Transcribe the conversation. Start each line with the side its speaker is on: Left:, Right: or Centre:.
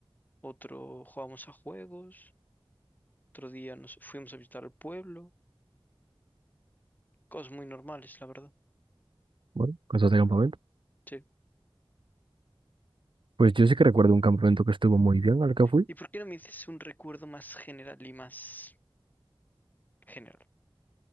Left: otro jugábamos a juegos, otro día nos fuimos a visitar el pueblo, cosas muy normales, la verdad.
Right: Bueno, cosas de campamento.
Left: sí
Right: Pues yo sí que recuerdo un campamento que estuvo muy bien al que fui.
Left: ¿Y por qué no me dices un recuerdo más general y más general?